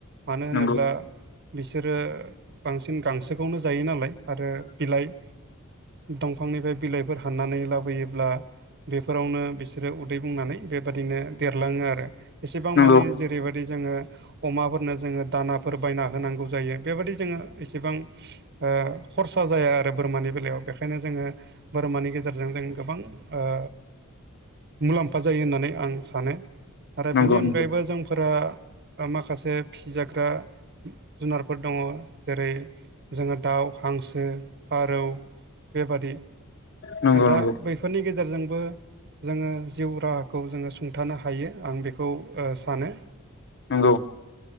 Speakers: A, on the right; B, on the left.
A: मानो होनोब्ला
B: नंगौ नंगौ
A: बिसोरो बांसिन गांसोखौनो जायो नालाय आरो बिलाइ दंफांनिफ्राय बिलाइफोर हाननानै लाबोयोब्ला बेफोरावनो बि बिसोरो उदै बुंनानै बेबदिनो देरलाङो आरो एसेबां
B: नंगौ
A: मानिे जेरैबायदि जोङो अमाफोरनो जोङो दानाफोर बायना होनांगौ जायो बेबायदि जोङो एसेबां ओ खरसा जाया आरो बोरमानि बेलायाव बेखायनो जोङो बोरमानि गेजेरजों जों गोबां ओ मुलाम्फा जायो होननानै आं सानो आरो
B: नंगौ
A: बेनि अनगायैबो जोंफोरा माखासे फिसिजाग्रा जुनारफोर दंङ। जेरै जोङो दाउ, हांसो, फारौ बेबादि
B: नंगौ
A: दा
B: नंगौ
A: बैफोरनि गेजेरजोंबो जोङो जिउ राहाखौ जोङो सुंथानो हायो आं बेखौ ओ सानो।
B: नंगौ।